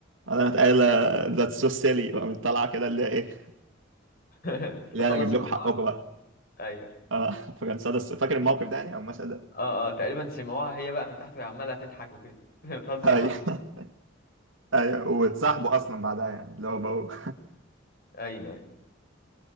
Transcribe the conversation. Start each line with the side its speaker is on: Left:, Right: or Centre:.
Right: انا قايله ذاتس سو سيلي وقامت طالعه كده اللي هي ايه
Left: <laughs>
Right: اللي
Left: تخلص
Right: هي انا اجيب لكم
Left: الحوار
Right: حقكم بقى
Left: ايوه
Right: اه <laughs> فكان صدى الص- فاكر الموقف ده يعني او المشهد ده
Left: اه اه تقريبا سمعوها هي بقى من تحت وهي عماله تضحك وكده <laughs> بتهزر
Right: ايوه
Left: معاها
Right: <laughs> ايوه واتصاحبوا اصلا بعدها يعني اللي هو بقوا
Left: ايوه ايوه